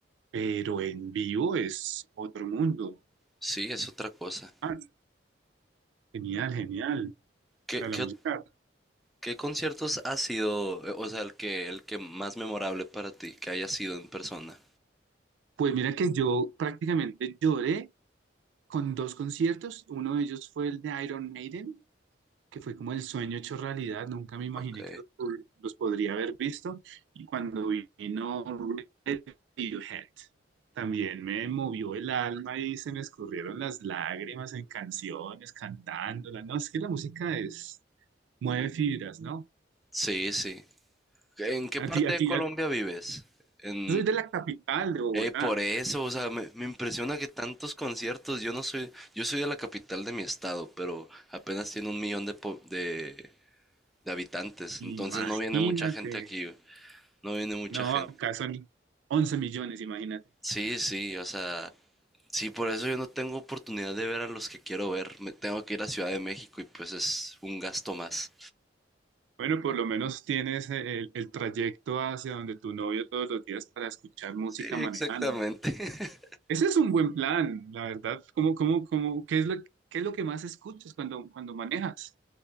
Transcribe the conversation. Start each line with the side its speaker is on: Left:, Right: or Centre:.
Right: pero en vivo es otro mundo.
Centre: Sí, es otra cosa.
Right: Ah, genial, genial. O
Centre: ¿Qué,
Right: sea,
Centre: qué
Right: la música.
Centre: ¿Qué conciertos ha sido, eh, o sea, el que, el que más memorable para ti, que haya sido en persona?
Right: Pues mira que yo prácticamente lloré con dos conciertos. Uno de ellos fue el de Iron Maiden, que fue como el sueño hecho realidad. Nunca me imaginé
Centre: Ok.
Right: que los, pod- los podría haber visto. Y cuando vino Radiohead, también me movió el alma y se me escurrieron las lágrimas en canciones, cantándola. No, es que la música es, mueve fibras, ¿no?
Centre: Sí, sí. ¿En qué parte
Right: A ti, a
Centre: de
Right: ti,
Centre: Colombia
Right: a-
Centre: vives? En...
Right: yo soy de la capital de Bogotá.
Centre: Eh, por eso, o sea, me, me impresiona que tantos conciertos, yo no soy, yo soy de la capital de mi estado, pero apenas tiene un millón de, po- de, de habitantes, entonces
Right: Imagínate.
Centre: no viene mucha gente aquí, no viene mucha
Right: No,
Centre: gente.
Right: acá son 11 millones, imagínate.
Centre: Sí, sí, o sea, Sí, por eso yo no tengo oportunidad de ver a los que quiero ver. Me tengo que ir a Ciudad de México y pues es un gasto más.
Right: Bueno, por lo menos tienes eh, el, el trayecto hacia donde tu novio todos los días para escuchar música
Centre: Sí,
Right: manejando.
Centre: exactamente. <laughs>
Right: Ese es un buen plan, la verdad. ¿Cómo, cómo, cómo, qué es lo, qué es lo que más escuchas cuando, cuando manejas?